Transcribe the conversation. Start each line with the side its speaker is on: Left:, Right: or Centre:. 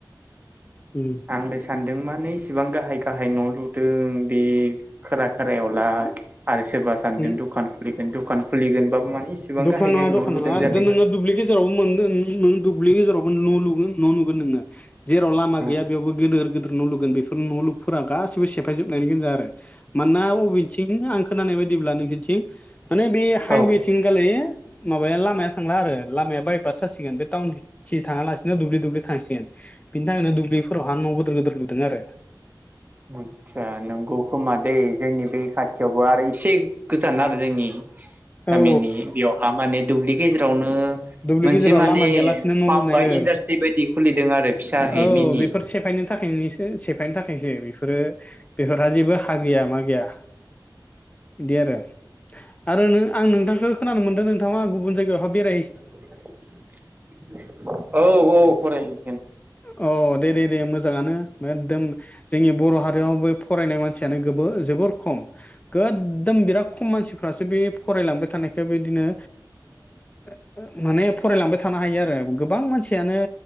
Left: उम
Right: आंलाय सान दों माने इसिबां गाहाय गाहाय न लुदों बे खोलाफारायावलाय आरो सोरबा सान्दों
Left: उम
Right: दखान खुलि दखान खुलिगोनबाबो माने इसेबां
Left: दखान
Right: गाहाय गाहाय
Left: नङा
Right: न'
Left: दखान
Right: लुदों
Left: नङा
Right: जादों
Left: नोङो दुब्लि गेजेरावबो मोनदों <unintelligible> दुब्लि गेजेरावबो न' लुगोन न' नुगोन नोङो जेराव लामा
Right: आरो
Left: गैया बेयावबो गोदेर गेदेर न' लुगोन बेफोर न' लुगफोरा गासिबो सेफायजोबनायनि गोनजा आरो मानोना अबेथिं आं खोनानाय बायदिब्ला नोंसोरथिं माने बे हाइवे
Right: औ
Left: <unintelligible> माबाया लामाया थांला आरो लामाया बायपाससि <unintelligible> बे टाउन थि थाङालासि नो दुब्लि दुब्लि थांसिगोन। बिनि थाखायनो दुब्लिफोरावहा न' गोदोर लुदों आरो
Right: आतसा नंगौ खोमादे जोंनि बे खाथि थेवबो आरो इसे गोजान आरो जोंनि गामिनि
Left: औ
Right: बेयावहा माने दुब्लि गेजेरावनो
Left: दुब्लि
Right: मोनसे
Left: गेजेराव
Right: माने
Left: लामा गैयालासिनो न'
Right: फार्म
Left: लुनाय
Right: बा
Left: ओ
Right: इन्डास्ट्रि बायदि खुलिदों आरो फिसा
Left: औ
Right: हे मिनि
Left: बेफोर सेफायनो थाखायनिसो सेफायनो थाखायसो बेफोरो बेफोर जेबो हा गैया मा गैया बिदि आरो आरो नों आं नोंथांखो खोनानो मोनदों नोंथाङा आं गुबुन जायगायावहाय बेराय
Right: <unintelligible> औ औ फरायहैगोन।
Left: अ दे दे दे मोजाङानो। एकदम जोंनि बर' हारि आव बे फरायनाय मानसियानो गोबो जोबोर खम गोददम बिराद खम मानसिफ्रासो बे फरायलांबाय थानायखो बिदिनो ओ माने फरायलांबाय थानो हायो आरो गोबां मानसियानो